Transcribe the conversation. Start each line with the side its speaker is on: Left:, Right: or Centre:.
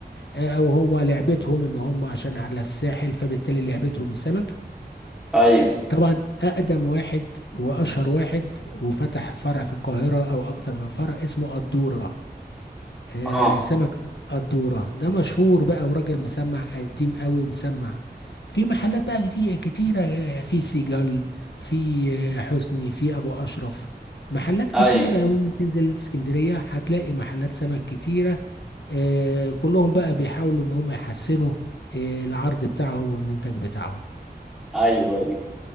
Left: آه، او هم لعبتهم ان هم عشان على الساحل فبالتالي لعبتهم السمك
Centre: ايوه
Left: طبعا اقدم واحد واشهر واحد وفتح فرع في القاهره او اكتر من فرع اسمه قدوره آه
Centre: اه
Left: سمك قدوره ده مشهور بقى وراجل مسمع قديم قوي ومسمع في محلات بقى جديدة كتيرة آه، في سيجال في آه، حسني في أبو أشرف محلات كتيرة
Centre: ايوه
Left: ممكن تنزل اسكندرية هتلاقي محلات سمك كتيرة آه، كلهم بقى بيحاولوا إن هم يحسنوا آه، العرض بتاعهم والمنتج بتاعهم
Centre: ايوه ايوه